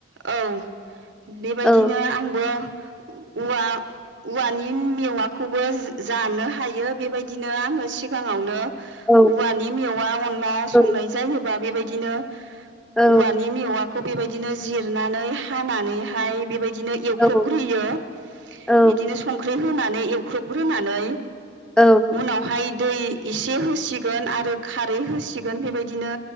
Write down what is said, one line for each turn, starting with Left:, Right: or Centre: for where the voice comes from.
Right: औ बेबायदिनो
Centre: औ
Right: आंबो ओ उवा-उवानि मेवाखौबो ज-जानो हायो बेबायदिनो आआंङो सिगांङावनो
Centre: औ
Right: उवानि मेव वा अन वा
Centre: औ
Right: संनाय जायोबा बेबाय दिनो उवानि
Centre: औ
Right: मेवा खौ बेबायदिनो जिरनानै हानानैहाय बेबाय इदिनो एवख्रबग्रोयो
Centre: औ औ
Right: इदिनो संख्रि होना नै एवख्रुबग्रोनानै
Centre: औ
Right: उनावहाय दै एसे होसिगोन आरो खारै होसिगोन बेबाय दिनो